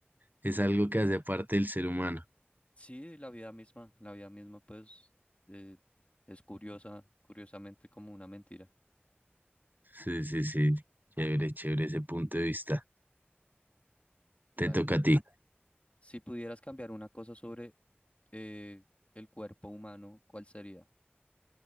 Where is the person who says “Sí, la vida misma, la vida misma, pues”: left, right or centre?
Left